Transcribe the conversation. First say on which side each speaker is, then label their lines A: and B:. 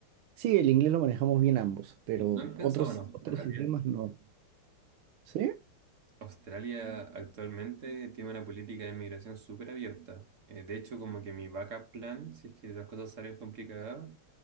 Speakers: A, on the right; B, on the right.
A: sí, el inglés lo manejamos bien ambos, pero
B: Y ¿No han pensado
A: otros,
B: en Australia?
A: otros idiomas no. ¿Sí?
B: Australia actualmente tiene una política de inmigración súper abierta. Eh, de hecho, como que mi backup plan, si es que las cosas salen complicadas,